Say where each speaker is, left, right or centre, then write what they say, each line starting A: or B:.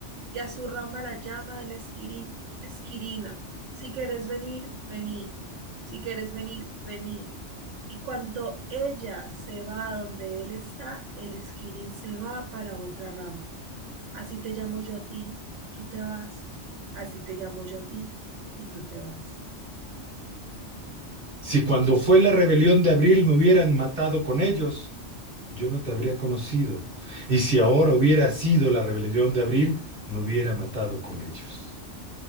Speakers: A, on the right; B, on the right.
A: Y a su rama la llama el esquirín. Esquirina, si querés venir, vení. Si querés venir, vení. Y cuando ella se va a donde él está, el esquirín se va para otra rama. Así te llamo yo a ti, tú te vas. Así te llamo yo a ti, y tú te vas.
B: Si cuando fue la rebelión de abril me hubieran matado con ellos, yo no te habría conocido. Y si ahora hubiera sido la rebelión de abril, me hubiera matado con ellos.